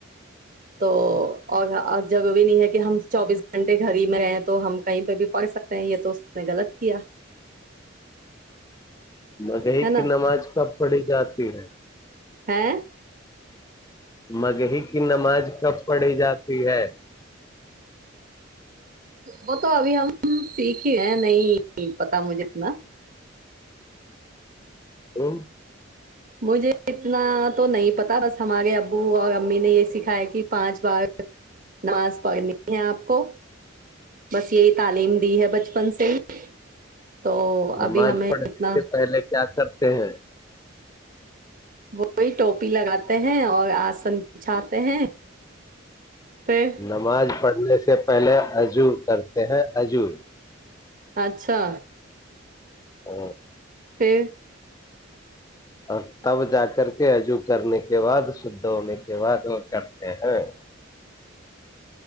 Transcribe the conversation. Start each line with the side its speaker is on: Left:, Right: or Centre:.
Right: تو اور جگ بھی نہیں ہے کہ ہم چوبیس گھنٹے گھر ہی میں رہئے تو ہم کہیں پہ بھی پڑ سکتے ہیں یہ تو اس نے غلط کیا
Left: مگہی
Right: ہے نا
Left: کی نماز کب پڑی جاتی ہے
Right: ہے
Left: مگہی کی نماز کب پڑھی جاتی ہے
Right: وہ تو ابھی ہم سیکھے ہیں نہیں پتا مجھے اتنا
Left: ا <inaudible>
Right: مجھے اتنا تو نہیں پتا بس ہمارے ابو اور امی نے یہ سکھایا کہ پانچ بار نماز پڑھنی ہے آپ کو بس یہی تعلیم دی ہے بچپن سے ہی تو
Left: نماز
Right: ابھی ہمیں
Left: پڑھنے
Right: اتنا
Left: سے پہلے کیا کرتے ہیں
Right: وہی ٹوپی لگاتے ہیں اور آسن بھاتے ہیں پھر
Left: نماز پڑھنے سے پہلے عجو کر ت اجور
Right: اچھا
Left: ا
Right: سے
Left: اور تب جا کر کے عجو کرنے کے بعد شدھ ہونے کے بعد وہ کرتے ہیں